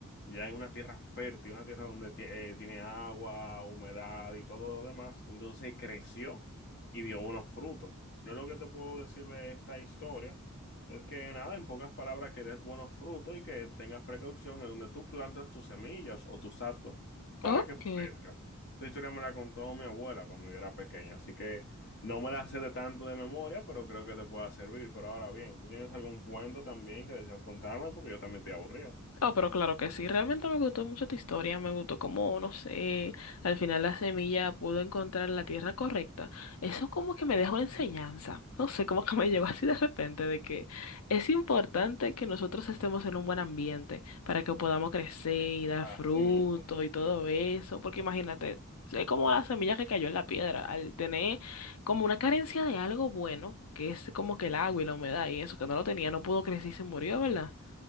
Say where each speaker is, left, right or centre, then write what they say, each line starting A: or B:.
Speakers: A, on the left; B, on the left.
A: Ya en una tierra fértil, una tierra donde ti- eh, tiene agua, humedad y todo lo demás. Entonces creció y dio buenos frutos. Yo lo que te puedo decir de esta historia es que nada, en pocas palabras, que des buenos frutos y que tengas precaución en donde tú plantas tus semillas o tus actos para
B: Ok.
A: que crezcan. Esta historia me la contó mi abuela cuando yo era pequeña, así que... No me la sé de tanto de memoria, pero creo que te pueda servir. Pero ahora bien, ¿tú tienes algún cuento también que deseas contarme? Porque yo también estoy aburrido.
B: Oh, pero claro que sí. Realmente me gustó mucho tu historia. Me gustó cómo, no sé, al final la semilla pudo encontrar la tierra correcta. Eso como que me dejó una enseñanza. No sé, como que me llegó así de repente de que es importante que nosotros estemos en un buen ambiente para que podamos crecer y dar
A: Así
B: fruto
A: mismo.
B: y todo eso. Porque imagínate, es como la semilla que cayó en la piedra. Al tener como una carencia de algo bueno, que es como que el agua y la humedad y eso que no lo tenía, no pudo crecer y se murió, ¿verdad?